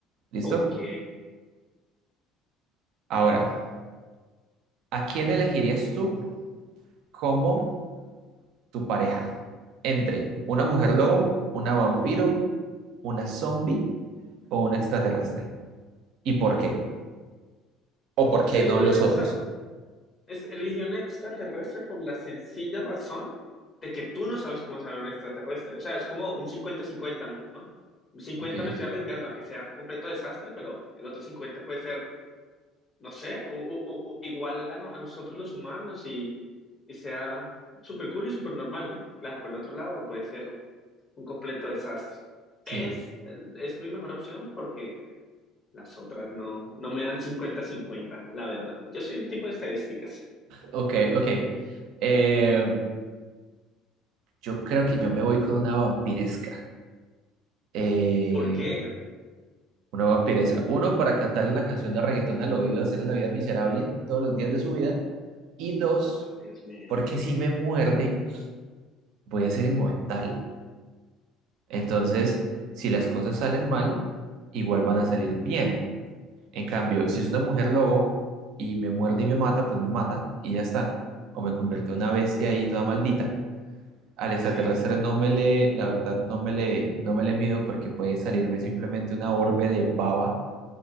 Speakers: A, on the right; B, on the left.
A: ¿Listo?
B: Ok.
A: Ahora, ¿a quién elegirías tú como tu pareja? Entre una mujer lobo, una vampiro, una zombie o un extraterrestre. ¿Y por qué? ¿O por qué
B: Elegiría
A: no los
B: un extra,
A: otros?
B: es- eligió un extraterrestre por la sencilla razón de que tú no sabes cómo será un extraterrestre. O sea, es como un cincuenta cincuenta ¿no? ¿No? 50
A: Ok,
B: me estoy arriesgando a que sea un completo desastre, pero el otro 50 puede ser, no sé, u- u- u- u- igual a, no- a nosotros los humanos y, y sea súper cool y súper normal, ¿no? Claro, por el otro lado puede ser un completo desastre.
A: sí,
B: Es, es mi mejor opción porque Las otras no, no me dan cincuenta cincuenta la verdad. Yo soy un tipo de estadísticas.
A: ok, ok. Eh, yo creo que yo me voy con una vampiresca. Eh,
B: ¿Por qué?
A: una vampiresa. Uno, para cantarle la canción de reggaetón al oído, hacerle la vida miserable todos los días de su vida. Y dos,
B: Oh, Dios mío.
A: porque
B: Ok.
A: si me muerde,
B: Bueno,
A: voy a ser inmortal. Entonces, si las cosas salen mal, igual van a salir bien. En cambio, si es una mujer lobo y me muerde y me mata, pues me mata y ya está. O me convierte en una bestia ahí toda maldita. Al extraterrestre
B: sí,
A: no me le, la verdad, no me le, no me le mido porque puede salirme simplemente una orbe de baba